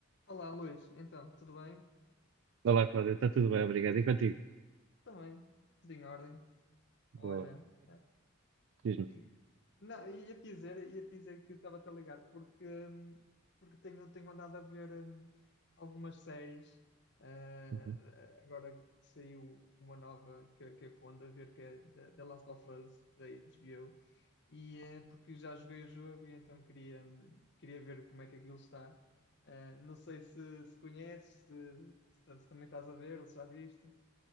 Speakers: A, on the left (about 60°); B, on the right (about 65°).
A: Olá, Luís. Então, tudo bem?
B: Olá, Cláudia, está tudo bem, obrigado. E contigo?
A: Também, tudo em ordem.
B: Boa,
A: Olha, eh,
B: diz-me.
A: e- não, ia te dizer, ia te dizer que estava a ligar porque hum, porque tenho tenho andado a ver hum, algumas séries. eh,
B: Uhum.
A: agora que saiu uma nova que, que eu ando a ver que é The The Last of Us da HBO e eh, porque já joguei o jogo e então queria hum, queria ver como é que aquilo está. Eh, não sei se, se conheces, se, se se também estás a ver ou se já viste.